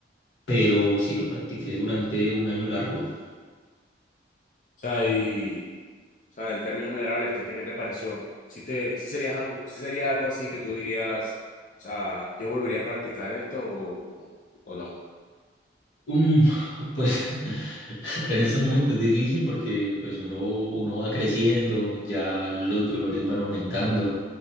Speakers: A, on the left (about 85°); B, on the left (about 45°).
A: pero sí lo practiqué durante un año largo.
B: O sea, y, o sea, en términos generales, ¿qué te, qué te pareció? Si te, si serías algo, si sería algo así que tú dirías, o sea, yo volvería a practicar esto o, o- o no.
A: Mm, <laughs> pues <laughs> en este momento es difícil porque pues uno, uno va creciendo, ya los dolores van aumentando.